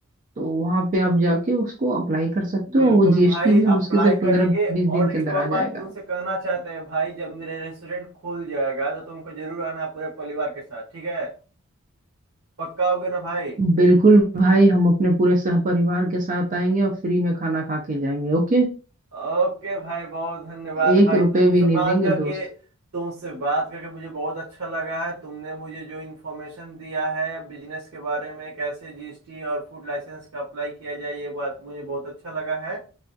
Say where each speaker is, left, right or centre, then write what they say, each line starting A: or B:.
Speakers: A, on the right; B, on the right.
A: तो वहां पे आप जाके उसको अप्लाई कर सकते
B: बिल्कुल
A: हो और वो जीएसटी
B: भाई
A: भी मुश्किल
B: अप्लाई
A: से
B: करेंगे
A: पंद्रह बीस दिन
B: और
A: के
B: एक
A: अंदर आ
B: और
A: जाएगा
B: बात तुमसे कहना चाहते हैं भाई जब मेरा रेस्टोरेंट खुल जाएगा तो तुमको जरूर आना है पूरे परिवार के साथ ठीक है पक्का होगे ना भाई
A: बिल्कुल भाई हम अपने पूरे सहपरिवार के साथ आएंगे और फ्री में खाना खा के जाएंगे ओके
B: ओके भाई बहुत धन्यवाद
A: एक
B: भाई
A: रुपए
B: तुमसे
A: भी नहीं
B: बात
A: देंगे
B: करके
A: दोस्त
B: तुमसे बात करके मुझे बहुत अच्छा लगा है तुमने मुझे जो इन्फॉर्मेशन दिया है बिजनेस के बारे में कैसे जीएसटी और फूड लाइसेंस का अप्लाई किया जाए ये बात मुझे बहुत अच्छा लगा है